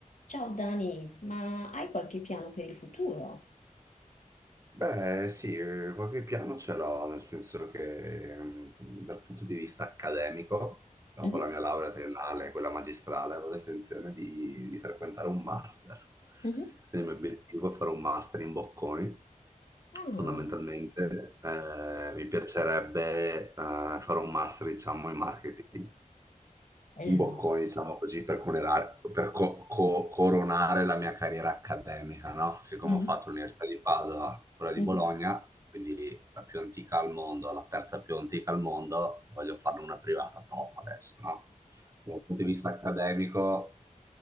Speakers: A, on the left; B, on the right.
A: Ciao Dani, ma hai qualche piano per il futuro?
B: Beh, sì, eh, qualche piano ce l'ho, nel senso che mm, dal punto di vista accademico, dopo
A: Mhm,
B: la mia laurea triennale, quella magistrale, avevo intenzione di, di frequentare un master.
A: mhm,
B: Quindi il mio obiettivo è fare un master in Bocconi.
A: Ah,
B: Fondamentalmente, eh, mi piacerebbe eh, fare un master, diciamo, in marketing
A: bello.
B: in bocconi, diciamo così, per, conerare- per co- co- coronare la mia carriera accademica, no? Siccome
A: mhm,
B: ho fatto l'Università di Padova, quella di
A: mhm,
B: Bologna, quindi la più antica al mondo, la terza più antica al mondo, voglio farne una privata top adesso, no? Dal punto di vista accademico,